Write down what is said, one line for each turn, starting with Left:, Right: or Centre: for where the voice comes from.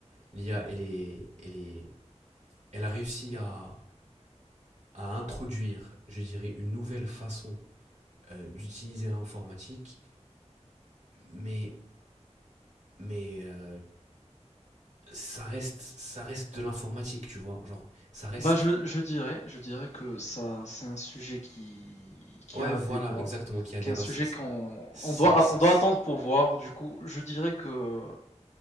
Right: l'IA, elle est, elle est, elle a réussi à, à introduire, je dirais, une nouvelle façon euh, d'utiliser l'informatique, mais, mais euh, ça reste, ça reste de l'informatique, tu vois. Genre, ça reste.
Left: Bah, je, je dirais, je dirais que ça, c'est un sujet qui, qui
Right: Ouais,
Left: a
Right: voilà,
Left: un débat,
Right: exactement, qui a dépassé.
Left: qui est un sujet
Right: C'est
Left: qu'on
Right: c'est-
Left: on doit,
Right: c'est-
Left: on doit
Right: c'est
Left: attendre pour voir. Du coup, je dirais que